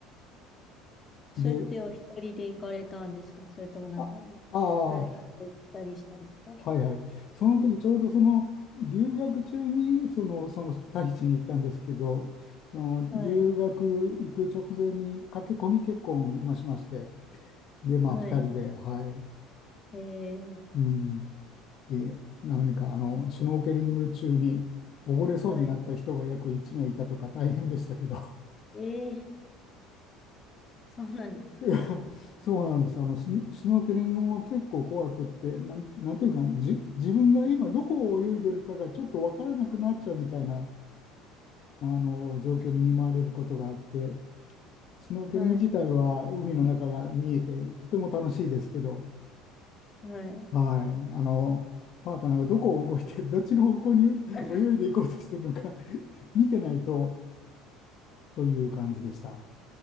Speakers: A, on the left; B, on the left.
A: それってお一人で行かれたんですかそれともなんか、
B: で、あ、ああ、
A: 誰かと行ったりしたんですか
B: はいはい。その時ちょうどその留学中にその、そのタヒチに行ったんですけど、その留学行く直前に駆け込み結婚まあしまして、
A: はい。
B: で、まあ2人で、
A: はい。
B: はい。
A: えー、
B: うん。で、何かあの、シュノーケリング中に溺れそうになった人が約1名いたとか大変でしたけど、
A: はい。えー、そうなんですか
B: <laughs> そうなんです。あの、ス、スノーケリングも結構怖くって、なん、なんていうのかな、じ、自分が今どこを泳いでるかがちょっとわからなくなっちゃうみたいなあの状況に見舞われることがあって、スノーケリング自体は海の中が見えてとても楽しいですけど、
A: はい。はい。
B: はい、あのパートナーがどこを動いて、<laughs> どっちの方向に泳いでいこうとしてるのか
A: <laughs>
B: <laughs> 見てないとという感じでした。